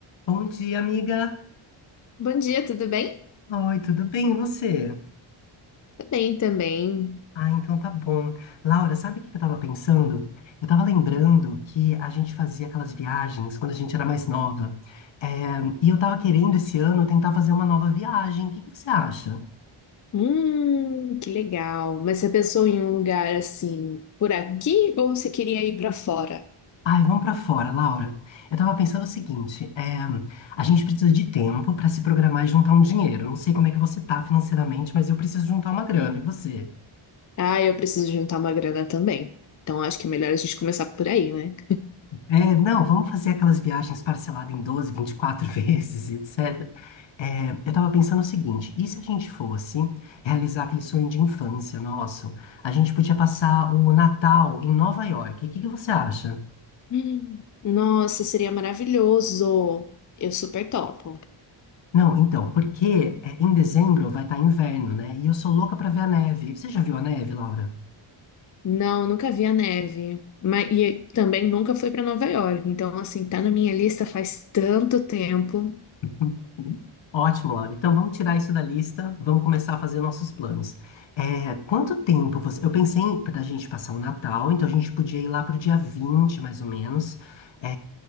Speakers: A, on the left; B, on the left.
A: Bom dia, amiga.
B: Bom dia, tudo bem?
A: Oi, tudo bem? E você?
B: Tudo bem também.
A: Ah, então tá bom. Laura, sabe o que eu tava pensando? Eu tava lembrando que a gente fazia aquelas viagens quando a gente era mais nova. É, e eu tava querendo esse ano tentar fazer uma nova viagem. O que que você acha?
B: Hum, que legal. Mas você pensou em um lugar assim por aqui ou você queria ir pra fora?
A: Ai, vamos pra fora, Laura. Eu tava pensando o seguinte: é, a gente precisa de tempo pra se programar e juntar um dinheiro. Eu Não sei como é que você tá financeiramente, mas eu preciso juntar uma grana. E você?
B: Ah, eu preciso juntar uma grana também. Então acho que é melhor a gente começar por aí, né?
A: É, não, vamos fazer aquelas viagens parceladas em doze, vinte e quatro <laughs> vezes, etc. É, eu tava pensando o seguinte, e se a gente fosse realizar aquele sonho de infância nosso? A gente podia passar o Natal em Nova York. O que que você acha?
B: Hum, Nossa, seria maravilhoso. Eu super topo.
A: Não, então, porque é, em dezembro vai estar inverno, né? E eu sou louca pra ver a neve. Você já viu a neve, Laura?
B: Não, nunca vi a neve. Mas, e também nunca fui pra Nova York. Então, assim, tá na minha lista faz tanto tempo.
A: Uhum. Ótimo, Laura. Então vamos tirar isso da lista, vamos começar a fazer nossos planos. É, quanto tempo você. Eu pensei para a gente passar o Natal, então a gente podia ir lá para o dia 20, mais ou menos, é,